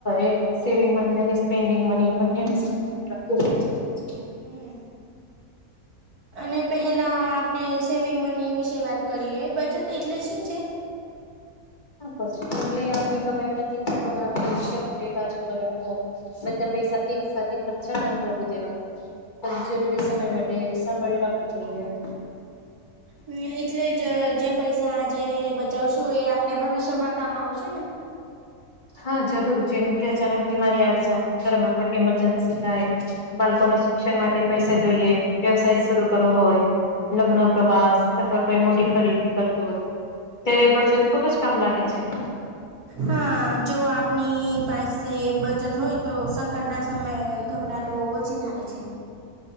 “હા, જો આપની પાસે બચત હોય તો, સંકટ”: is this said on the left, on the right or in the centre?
Right